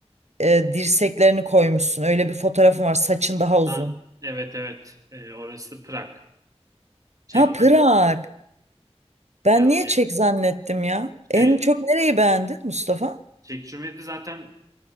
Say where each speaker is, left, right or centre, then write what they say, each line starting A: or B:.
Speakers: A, on the right; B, on the right.
A: e, dirseklerini koymuşsun. Öyle bir fotoğrafın var. Saçın daha uzun.
B: Ha, evet evet Ee, orası Prag. Çek
A: Ha Prag.
B: Cumhuriyeti.
A: Ben
B: Yani
A: niye çek zannettim ya? En
B: şey,
A: çok nereyi beğendin Mustafa?
B: Çek Cumhuriyeti zaten